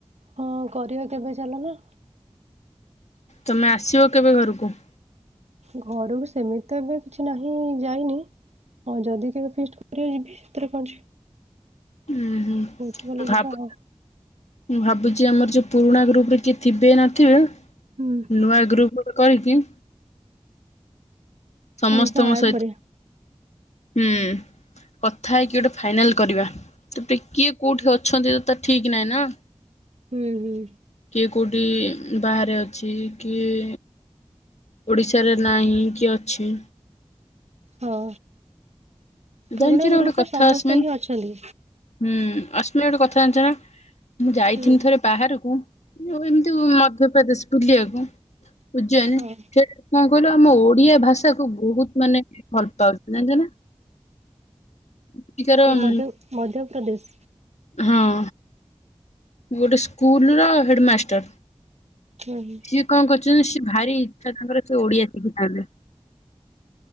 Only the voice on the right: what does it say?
ହଁ କରିବା କେବେ ଚାଲୁ ନ।
ଘରକୁ ସେମିତି ଏବେ କିଛି ନାହିଁ ଯାଇନି। ଆଉ ଯଦି କେବେ ଫିଷ୍ଟ କରିବା ଯିବି ସେଥିରେ କଁ ଅଛି।
ଭୋଜି କଲେ
ଯିବା ଆଉ।
ହୁଁ।
ସମସ୍ତଙ୍କୁ ଆଡ୍
କରିବା।
ହୁଁ ହୁଁ।
ହଉ
ପୁରୁଣା
ଗ୍ରୁପରେ
ସମସ୍ତେ
ହିଁ ଅଛନ୍ତି।
ହୁଁ
ହଁ
କୋଉଠି
ମଧ୍ୟ ମଧ୍ୟ ପ୍ରଦେଶ।
ହୁଁ।